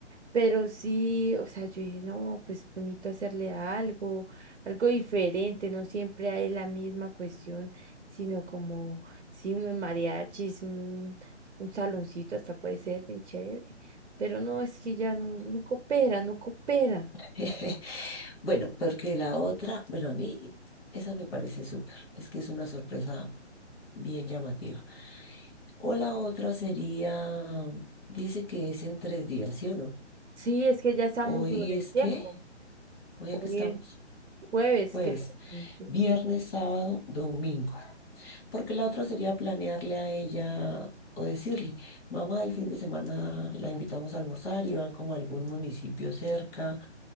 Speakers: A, on the right; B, on the left.
A: Pero sí, o sea, yo dije, no, pues bonito hacerle algo, algo diferente, no siempre hay la misma cuestión, sino como, sí, unos mariachis, un, un saloncito, hasta puede ser bien chévere. Pero no, es que ya no, no coopera, no coopera.
B: <laughs> Bueno, porque la otra, bueno, a mí esa me parece súper, es que es una sorpresa bien llamativa. O la otra sería, dice que es en tres días, ¿sí o no?
A: Sí, es que ya estamos
B: Hoy
A: sobre
B: es
A: el tiempo.
B: qué, hoy
A: Hoy
B: aquí estamos,
A: es jueves,
B: jueves,
A: creo.
B: viernes,
A: Sí.
B: sábado, domingo. Porque la otra sería planearle a ella o decirle, mamá, el fin de semana la invitamos a almorzar y van como a algún municipio cerca